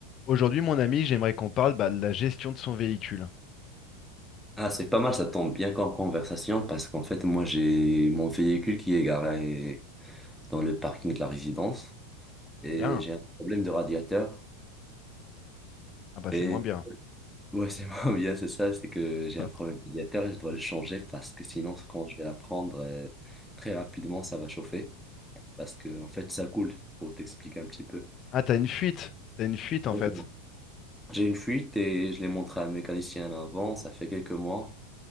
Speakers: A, on the left; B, in the centre.
A: Aujourd'hui, mon ami, j'aimerais qu'on parle bah, de la gestion de son véhicule.
B: Ah, c'est pas mal, ça tombe bien qu'en conversation parce qu'en fait, moi, j'ai mon véhicule qui est garé dans le parking de la résidence et
A: Bien.
B: j'ai un problème de radiateur.
A: Ah bah
B: Et
A: c'est moins bien.
B: ouais, c'est moi, <laughs> bien, c'est ça, c'est que j'ai
A: <laughs>
B: un problème de radiateur et je dois le changer parce que sinon, quand je vais la prendre euh, très rapidement, ça va chauffer parce que en fait, ça coule pour t'expliquer un petit peu.
A: Ah, t'as une fuite. T'as une fuite
B: Exactement.
A: en fait.
B: J'ai une fuite et je l'ai montré à un mécanicien avant, ça fait quelques mois,